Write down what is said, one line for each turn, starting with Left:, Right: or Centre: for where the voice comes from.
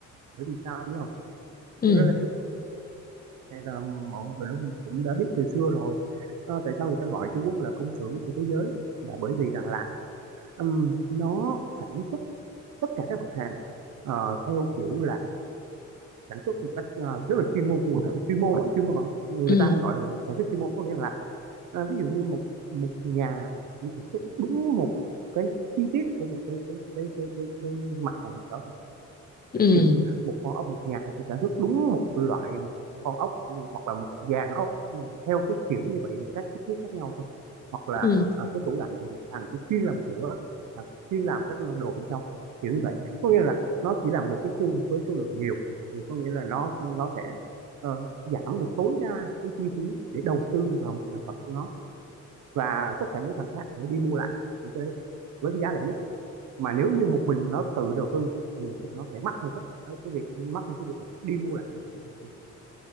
Right: bởi vì sao biết không
Left: Ừ,
Right: thực ra là cái này là mọi người cũng cũng đã biết từ xưa rồi Ờ, tại sao người ta gọi Trung Quốc là công xưởng của thế giới là bởi vì rằng là ừm, nó sản xuất tất cả các mặt hàng ờ, theo kiểu là sản xuất một cách ờ, rất là chuyên môn cụ chuyên môn á, chuyên môn vẫn người
Left: ừ,
Right: ta hay gọi là sản xuất chuyên môn có nghĩa là ờ, ví dụ như một một nhà chỉ sản xuất đúng một cái chi tiết của một cái cái cái cái cái, cái mặt hàng nào đó thôi
Left: ừ,
Right: ví dụ như một con ốc một nhà chỉ sản xuất đúng một loại một con ốc hoặc là một dàn ốc ừ, theo cái kiểu như vậy mà các kích thước khác nhau thôi hoặc là
Left: ừ,
Right: à, cái tủ lạnh thì một thằng chỉ chuyên làm sữa thằng chuyên làm các đồ bên trong kiểu như vậy có nghĩa là nó chỉ là một cái khu với số lượng nhiều thì có nghĩa là nó nó sẽ ờ, giảm được tối đa cái chi phí để đầu tư vào một sản phẩm của nó và tất cả những thằng khác sẽ đi mua lại những cái đấy với cái giá rẻ nhất mà nếu như một mình nó tự đầu tư thì nó sẽ mắc hơn tất cả cái việc mắc hơn cái việc là đi mua lại từ những người kia